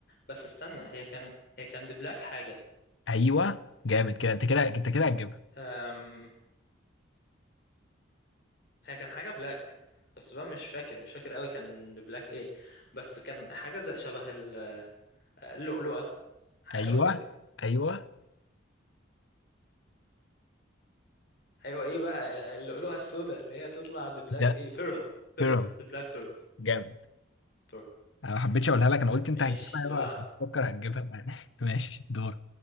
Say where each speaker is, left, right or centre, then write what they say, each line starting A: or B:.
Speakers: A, on the left; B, on the left.
A: بس استنى هي كان هي كان دي بلاك حاجة
B: ايوه جامد كده انت كده انت كده هتجيبها
A: أم... هي كان حاجة بلاك بس بقى مش فاكر مش فاكر قوي كان دي بلاك ايه بس كان حاجة زي شبه ال- آه، اللؤلؤة حاجة
B: ايوه
A: شبه كده
B: ايوه
A: ايوه ايه بقى اللؤلؤه السوداء اللي هي تطلع ذا بلاك
B: ده
A: ايه بيرل بيرل
B: بيرل
A: ذا بلاك بيرل
B: جامد
A: بيرل
B: انا ما حبيتش اقولها لك انا قلت انت
A: ماشي
B: هتجيبها
A: اللي بعده
B: بقى هتفكر هتجيبها بقى. <laughs> ماشي دور